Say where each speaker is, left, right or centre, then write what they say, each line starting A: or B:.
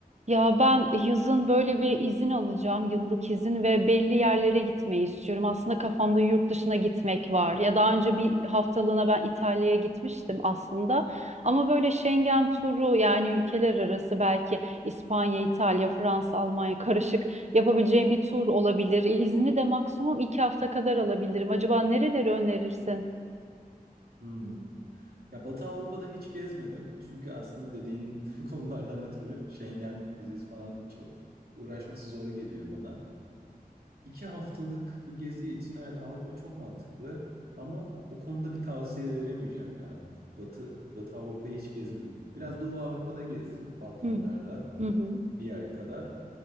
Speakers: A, on the right (about 45°); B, on the right (about 80°).
A: Ya ben yazın böyle bir izin alacağım, yıllık izin ve belli yerlere gitmeyi istiyorum. Aslında kafamda yurt dışına gitmek var. Ya daha önce bir haftalığına ben İtalya'ya gitmiştim aslında. Ama böyle Schengen turu yani ülkeler arası belki İspanya, İtalya, Fransa, Almanya karışık yapabileceğim bir tur olabilir. E, İzni de maksimum iki hafta kadar alabilirim. Acaba nereleri önerirsin?
B: Hmm. Ya, Batı Avrupa'da hiç gezmedim. Çünkü aslında dediğin <laughs> konulardan ötürü Schengen vizesi falan çok uğraşması zor geliyor bana. 2 haftalık bir gezi için evet Avrupa çok mantıklı ama o konuda bir tavsiye veremeyeceğim ya. Batı Batı Avrupa'yı hiç gezmedim. Biraz Doğu Avrupa'da gezdim, Balkanlarda
A: Hı hı. Hı hı.
B: bir ay kadar.